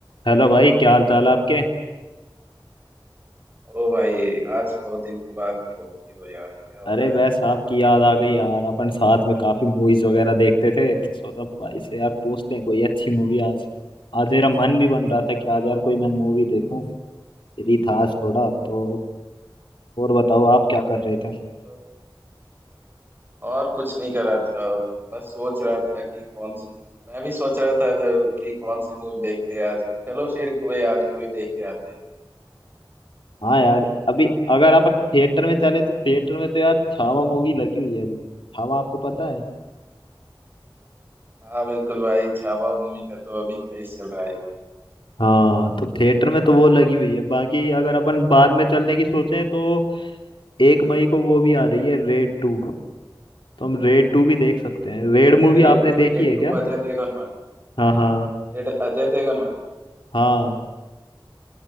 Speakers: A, on the left (about 80°); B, on the right (about 25°).
A: Hello भाई क्या हाल चाल है आपके
B: ओ भाई आज बहुत दिन के बाद फोन किए हो यार क्या हो
A: अरे
B: रहा
A: बस
B: है
A: आपकी याद आ गई यार अपन साथ में काफी मूवीज वगैरह देखते थे तो सोचा भाई से यार पूछते हैं कोई अच्छी मूवी आज आज मेरा मन भी बन रहा था कि आज यार कोई मैं मूवी देखूं फ्री था आज थोड़ा तो और बताओ आप क्या कर रहे थे
B: तो और कुछ नहीं कर रहा था बस सोच रहा था कि कौन सी मैं भी सोच रहा था जो कि कौन सी मूवी देखते हैं आज चलो फिर कोई आज मूवी देख के आते हैं।
A: हाँ यार अभी अगर आप थिएटर में चले तो थिएटर में तो यार छावा मूवी लगी हुई है अभी छावा आपको पता है
B: हाँ बिल्कुल भाई छावा मूवी का तो अभी क्रेज चल रहा है यार
A: हाँ तो थिएटर में तो वो लगी हुई है बाकी अगर अपन बाद में चलने की सोचें तो एक मई को वो भी आ रही है रेड टू तो हम रेड टू भी देख सकते हैं रेड
B: और
A: मूवी
B: raid
A: आपने देखी
B: raid
A: है
B: two
A: क्या
B: Ajay Devgn वाली
A: हाँ हाँ
B: रेड अजय देवगन वाली
A: हाँ